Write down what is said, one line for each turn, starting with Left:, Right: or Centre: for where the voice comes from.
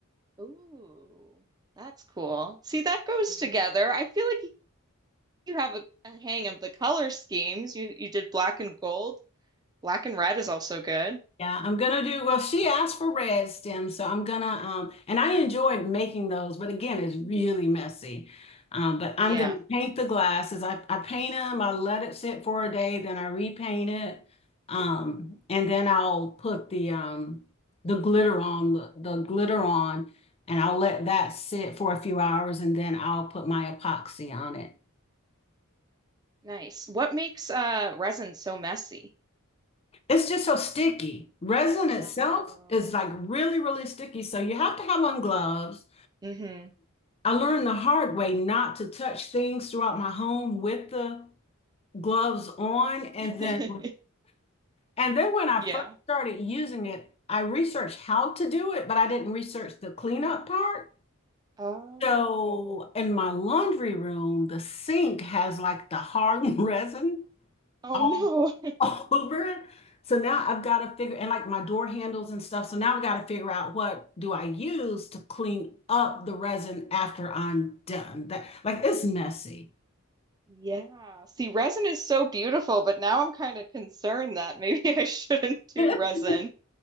Right: Ooh, that's cool. See, that goes together. I feel like you you have a, a hang of the color schemes. You you did black and gold. Black and red is also good.
Left: Yeah, I'm gonna do, well, she asked for red stems, so I'm gonna um and I enjoyed making those, but again, it's really messy. Um, but I'm
Right: Yeah,
Left: gonna paint the glasses. I, I paint them, I let it sit for a day, then I repaint it. Um, and then I'll put the um the glitter on the, the glitter on and I'll let that sit for a few hours and then I'll put my epoxy on it.
Right: nice. What makes uh resin so messy?
Left: It's just so sticky. Resin itself
Right: Oh.
Left: is like really, really sticky. So you have to have on gloves.
Right: hmm
Left: I learned the hard way not to touch things throughout my home with the gloves on. And
Right: <laughs>
Left: then and then when I
Right: Yeah.
Left: first started using it, I researched how to do it, but I didn't research the cleanup part.
Right: Oh.
Left: So in my laundry room, the sink has like the hard <laughs> resin
Right: Oh
Left: all
Right: no.
Left: <laughs>
Right: <laughs>
Left: over it. So now I've got to figure and like my door handles and stuff. So now I've got to figure out what do I use to clean up the resin after I'm done. That like it's messy.
Right: Yeah. See, resin is so beautiful, but now I'm kind of concerned that maybe <laughs> I shouldn't do
Left: <laughs>
Right: resin.